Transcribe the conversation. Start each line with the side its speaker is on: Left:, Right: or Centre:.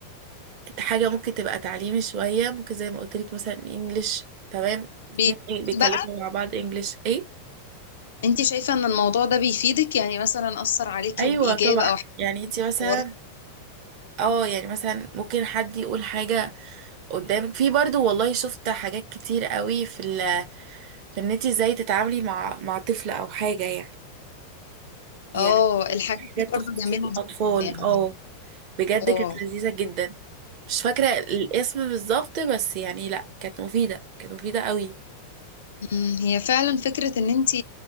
Right: حاجه ممكن تبقى تعليمي شويه ممكن زي ما قلت لك مثلا انجليش تمام اتنين
Left: بي...
Right: إيه بيتكلموا
Left: بقى
Right: مع بعض انجليش ايه
Left: انتي شايفة ان الموضوع ده بيفيدك يعني مثلا اثر عليكي
Right: ايوه
Left: بايجاب
Right: طبعا
Left: او
Right: يعني انت مثلا
Left: حوار
Right: اه يعني مثلا ممكن حد يقول حاجه قدامك في برضو والله شفت حاجات كتير قوي في ال في ان انت ازاي تتعاملي مع مع طفل او حاجه يعني يعني
Left: اه الحاجات
Right: حاجات
Left: دي برضه
Right: تخص
Left: جميلة
Right: الاطفال
Left: جدا يعني
Right: اه بجد
Left: اه
Right: كانت لذيذة جدا مش فاكرة الاسم بالظبط بس يعني لا كانت مفيدة كانت مفيدة قوي
Left: مم، هي فعلا فكرة ان انت